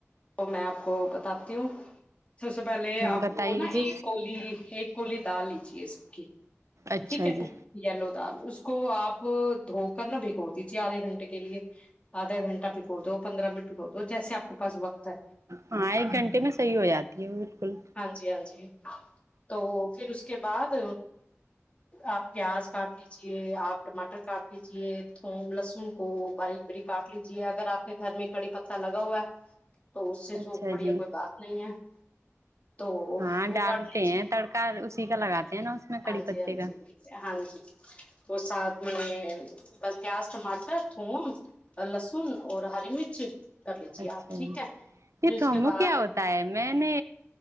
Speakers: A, on the left (about 25°); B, on the right (about 70°).
A: تو میں آپ کو بتاتی ہوں سب سے پہلے آپ
B: بتائیے
A: کو نا
B: جی
A: ایک کولی ایک کولی دال لیجیے سب کی
B: اچھا
A: ٹھیک ہے
B: جی
A: نا یلو دال اس اس کو آپ دھو کر نہا بھگو دیجیے آدھے گھنٹے کے لیے آدھا گھنٹے بکو دو پندرہ منٹ ب کو دو جیس آپ کے پس وقت ہے
B: ہاں ایک گھنٹے میں صحیح ہو جاتی ہے بالکل
A: ہاں جی ہاں جی تو پھر اس کے بعد آپ پیاز کاٹ لیجیے آپ ٹماٹر کاٹ لیجے تھ لہسن کو بھری بری کاٹ لیجیے جی اگر آپ کے گھر میں کڑی پتہ لگا ہوا تو اس سے
B: اچھا
A: سو بڑھیا
B: جی
A: کوئی بات نہیں ہے تو
B: ہاں
A: وہ
B: ڈالتے
A: کاٹ لی
B: ہیں
A: جی
B: تڑکا اسی کا لگاتے ہیں نا اس میں
A: ہاں
B: کڑی
A: جی
B: پتے
A: ہاں
B: کا
A: جی ہاں جی تو ساتھ میں بس پیاز ٹماٹر تھون لسن ن اور ہری مرچ کر لیجیے
B: اچھا
A: آپ ٹھیک
B: ج
A: ہے
B: یہ
A: پھر اس
B: تھو
A: کے بعد
B: کیا ہوتا ہے میں نے